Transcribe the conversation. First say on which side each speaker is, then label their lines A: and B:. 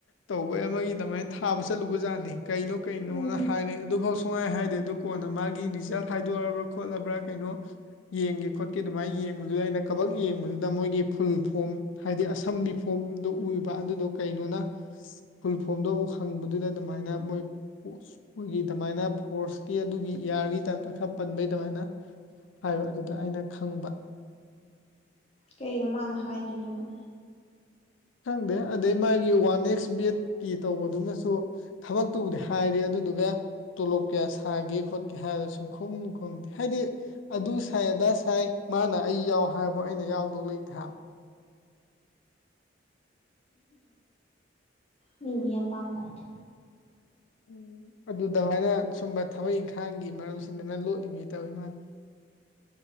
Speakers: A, on the left; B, on the left.
A: ꯇꯧꯕ ꯑꯃꯒꯤ ꯑꯗꯨꯃꯥꯏꯅ ꯊꯥꯕ ꯆꯠꯂꯨꯕꯖꯥꯠꯅꯤ ꯀꯩꯅꯣ ꯀꯩꯅꯣꯅ
B: ꯎꯝ
A: ꯍꯥꯏꯔꯦ ꯑꯗꯨꯐꯥꯎ ꯁꯨꯡꯉꯥꯏ ꯍꯥꯏꯗꯦ ꯑꯗꯨ ꯀꯣꯟꯅ ꯃꯥꯒꯤ ꯔꯤꯖꯜꯠ ꯍꯥꯏꯗꯣꯔꯑꯕ ꯈꯣꯠꯂꯕ꯭ꯔꯥ ꯀꯩꯅꯣ ꯌꯦꯡꯒꯦ ꯈꯣꯠꯀꯦ ꯑꯗꯨꯃꯥꯏꯅ ꯌꯦꯡꯕꯗꯨꯗ ꯑꯩꯅ ꯀꯕꯛ ꯌꯦꯡ ꯗꯨꯗ ꯃꯣꯏꯒꯤ ꯐꯨꯜ ꯐꯣꯝ ꯍꯥꯏꯕꯗꯤ ꯑꯁꯝꯕꯤ ꯐꯣꯝꯗꯣ ꯎꯕ ꯑꯗꯨꯗꯣ ꯀꯩꯅꯣꯅ ꯐꯨꯜ ꯐꯣꯝꯗꯣ ꯑꯃꯨꯛ ꯍꯪꯕꯗꯨꯗ ꯑꯗꯨꯃꯥꯏꯅ ꯃꯣꯏ ꯃꯈꯣꯏꯒꯤ ꯑꯗꯨꯃꯥꯏꯅ ꯐꯣꯔꯁꯀꯤ ꯑꯗꯨꯒꯤ ꯏꯌꯥꯔꯒꯤ ꯇꯥꯏꯞꯇ ꯈꯔ ꯄꯟꯕꯩ ꯑꯗꯨꯃꯥꯏꯅ ꯍꯥꯏꯕ ꯑꯗꯨꯗ ꯑꯩꯅ ꯈꯪꯕ
B: ꯀꯩꯅꯣ ꯃꯥꯅ ꯍꯥꯏꯗ꯭ꯔꯤꯗꯨꯅꯣ
A: ꯈꯪꯗꯦ ꯑꯗꯩ ꯃꯥꯒꯤ ꯋꯥꯟ ꯑꯦꯛꯁ ꯕꯦꯠꯀꯤ ꯇꯧꯕꯗꯨꯃꯁꯨ ꯊꯕꯛꯇꯨꯕꯨꯗꯤ ꯍꯥꯏꯔꯦ ꯑꯗꯨꯗꯨꯒ ꯇꯣꯂꯣꯞ ꯀꯌꯥ ꯁꯥꯒꯦ ꯈꯣꯠꯀꯦ ꯍꯥꯏꯔꯒ ꯁꯨꯝ ꯈꯨꯝ ꯈꯨꯝꯗꯦ ꯍꯥꯏꯗꯤ ꯑꯗꯨ ꯁꯥꯏ ꯑꯗꯥ ꯁꯥꯏ ꯃꯥꯅ ꯑꯩ ꯌꯥꯎ ꯍꯥꯏꯕ ꯑꯩꯅ ꯌꯥꯎꯗꯧ ꯂꯩꯇꯦ ꯍꯥꯏꯕ
B: ꯃꯤꯃꯤ ꯑꯥꯄꯝꯕꯅꯦ
A: ꯎꯝ ꯑꯗꯨ ꯑꯗꯨꯃꯥꯏꯅ ꯁꯨꯝꯕ ꯊꯕꯛ ꯏꯪꯈꯥꯡꯒꯤ ꯃꯔꯝꯁꯤꯗꯅ ꯂꯣꯠꯂꯤꯕꯤ ꯇꯧꯋꯤ ꯃꯥꯜꯅꯦ